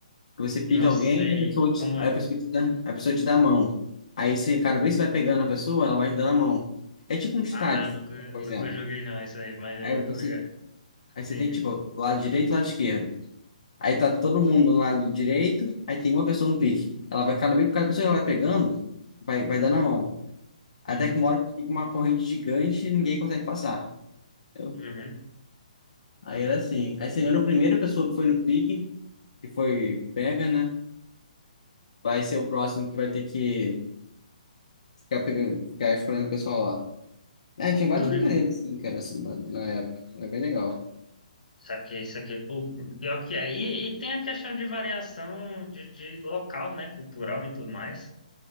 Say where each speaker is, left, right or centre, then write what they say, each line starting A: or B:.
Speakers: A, on the left; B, on the left.
A: Que você pica
B: Não
A: alguém
B: sei
A: e a pessoa te,
B: como
A: aí
B: era.
A: a pessoa te dá, a pessoa te dá a mão. Aí você, cada vez que você vai pegando a pessoa, ela vai te dando a mão. É tipo um estádio,
B: Ah, nunca,
A: por
B: nunca
A: exemplo.
B: joguei não, isso aí, mas eu
A: Aí você,
B: tô ligado.
A: aí você
B: Entendi.
A: tem tipo lado direito e lado esquerdo. Aí tá todo mundo no lado direito, aí tem uma pessoa no pique. Ela vai, cada vez que cada pessoa que ela vai pegando, vai, vai dando a mão. Até
B: Uhum,
A: que uma hora fica uma corrente gigante e ninguém consegue passar. Eu-
B: uhum.
A: Aí era assim. Aí, se não me engano, a primeira pessoa que foi no pique, que foi pega, né? Vai ser o próximo que vai ter que ficar pegando, ficar escolhendo o pessoal lá. É, tinha várias
B: Tô ligado.
A: brincadeiras assim, cara, assim, na, na época. Era bem legal.
B: Saquei, saquei. Pô, pior que é. E, e tem a questão de variação de, de local, né? Cultural e tudo mais.